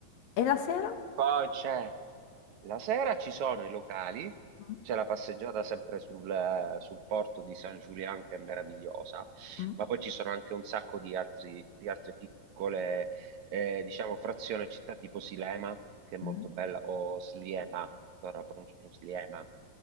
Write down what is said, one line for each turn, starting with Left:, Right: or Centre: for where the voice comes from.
Left: E la sera?
Right: Poi c'è la sera ci sono i locali,
Left: Mm,
Right: c'è la passeggiata sempre sul, eh, sul porto di San Giuliano che è meravigliosa,
Left: mm,
Right: ma poi ci sono anche un sacco di altri, di altre piccole, eh, diciamo, frazioni e città tipo Silema, che è molto
Left: mm.
Right: bella, o Sliema, allora pronuncio Sliema.